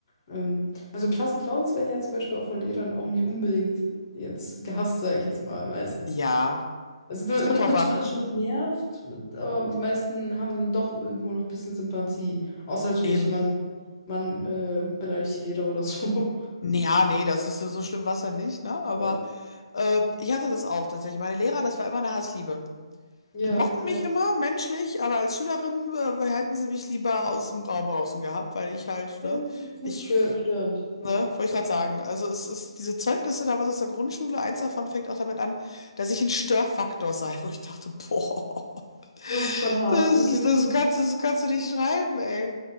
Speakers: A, on the left; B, on the left.
A: Ähm, also Klassenclowns werden ja zum Beispiel auch von Lehrern auch nicht unbedingt jetzt gehasst, sage ich jetzt mal, meistens.
B: Ja,
A: Also man
B: es kommt
A: man
B: drauf
A: wird,
B: an.
A: man ist
B: <laughs> Mhm.
A: schon genervt, aber die meisten haben dann doch irgendwo noch ein bisschen Sympathie. Außer natürlich,
B: Eben.
A: man, man äh, beleidigt die Lehrer oder so.
B: Ja, nee, das ist ja so schlimm war es ja nicht, ne? Aber
A: <laughs>
B: äh, ich hatte das auch tatsächlich. Meine Lehrer, das war immer eine Hassliebe.
A: Ja,
B: Die mochten
A: ja.
B: mich
A: Ja,
B: immer menschlich, aber als Schülerin äh, hätten sie mich lieber aus dem Raum draußen gehabt, weil ich halt,
A: Ja,
B: ne,
A: ein bisschen
B: ich,
A: stö störend, ja.
B: ne, wollte ich gerade sagen. Also es ist diese Zeugnisse damals aus der Grundschule, eins davon fängt auch damit an, dass ich ein Störfaktor sei, wo ich dachte, boah, <laughs>
A: Das ist schon hart,
B: das,
A: ein
B: ist-
A: Kind.
B: das
A: zu-
B: kannst, das kannst du nicht schreiben, ey.